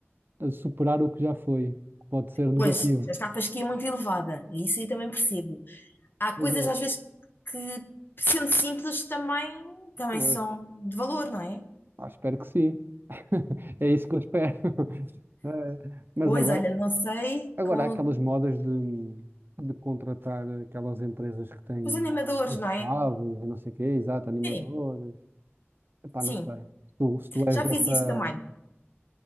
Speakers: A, on the right; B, on the left.
A: a, a superar o que já foi, que pode ser negativo.
B: Pois, já está a fasquia muito elevada. e Isso aí também percebo. Há
A: Mas
B: coisas
A: eu,
B: às vezes que, sendo simples, também, também
A: eu,
B: são de valor, não é?
A: ah, espero que sim. <laughs> É isso que eu espero. <laughs> Eh, Mas
B: Pois,
A: agora,
B: olha, não sei,
A: Agora,
B: com
A: há aquelas modas de, de contratar aquelas empresas que têm
B: os animadores,
A: infláveis
B: não é?
A: e não sei o quê, exato, animadores.
B: Sim,
A: Epá,
B: sim.
A: não sei. Se tu, se tu és
B: Já
A: dessa.
B: fiz isso também.